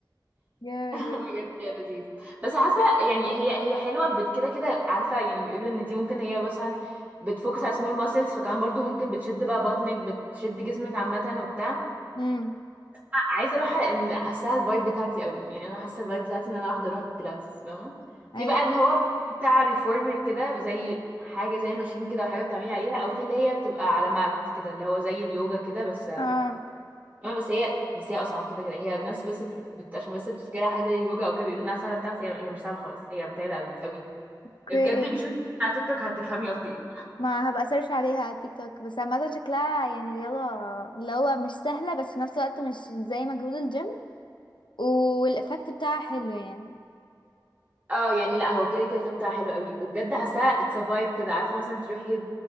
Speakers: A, on the left; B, on the right.
A: جامد
B: <laughs>
A: بجد
B: بجد يا لذيذ بس حاسه يعني هي هي حلوه بت- كده كده عارفه يعني بيقولوا ان دي ممكن هي مثلا بتفوكس على سمول ماسلز فكمان برضو ممكن بتشد بقى بطنك بتشد جسمك عامه وبتاع
A: امم
B: عايزه اروحها لان حاساها الفايب بتاعتي قوي يعني انا حاسه الفايب بتاعتي ان انا واحده اروح بيلاتس فاهمه في
A: ايوه
B: بقى اللي هو بتاع ريفورمر كده زي حاجه زي ماشين كده وحاجه بتعملي عليها او في اللي هي بتبقى على مات كده اللي هو زي اليوجا كده بس
A: اه
B: ما بس هي بس هي اصعب كده كده هي الناس بس بت... عشان بس بتفكرها حاجه زي اليوجا او كده بيقولوا انها سهله بتاع بس هي... هي مش سهله خالص هي متعبه قوي قوي
A: اوكي
B: بجد بيشوفي على تيك توك هتفهمي قصدي إيه.
A: ما هبقى سيرش عليها على تيك توك بس عامة شكلها يعني رياضة اللي هو مش سهلة بس في نفس الوقت مش زي مجهود الجيم والإفكت بتاعها حلو يعني
B: اه يعني لا هو كده كده فتحة حلو قوي وبجد حاساها اتس فايب كده عارفه مثلا تروحي